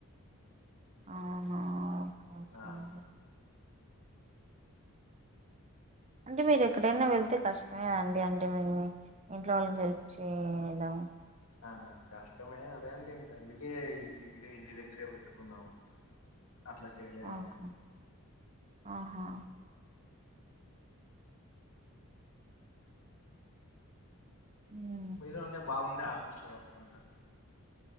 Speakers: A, on the right; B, on the left.
A: అవునా ఓకే ఓకే
B: ఆ
A: అండి అంటే మీరు ఎక్కడైనా వెళ్తే కష్టమేదండి అంటే మే ఇంట్లో వాళ్ళకి హెల్ప్ చేయడం
B: ఆ కష్టమే అదే అండి ఇంక అందుకే ఇది ఇంటి దగ్గరే పెట్టుకున్నాం అట్లా చేయలేము
A: ఓకే
B: అండి
A: ఆహా ఉమ్
B: <unintelligible> మీజ అంటే బాగుంది ఆఫీస్ లో వర్క్ అంతా